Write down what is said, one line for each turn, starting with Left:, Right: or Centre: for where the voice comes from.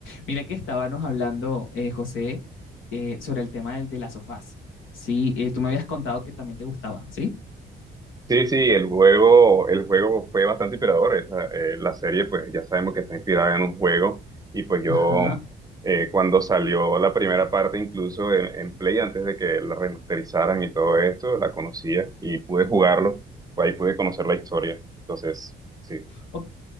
Left: Mira que estábamos hablando, eh, José, eh, sobre el tema del, de las sofás. Sí, eh, tú me habías contado que también te gustaba, ¿sí?
Right: Sí, sí, el juego, el juego fue bastante inspirador. Esa, eh, la serie, pues ya sabemos que está inspirada en un juego. Y pues yo,
Left: Ajá.
Right: eh, cuando salió la primera parte, incluso en, en Play, antes de que la remasterizaran y todo esto, la conocía y pude jugarlo. Pues ahí pude conocer la historia. Entonces, sí,
Left: O-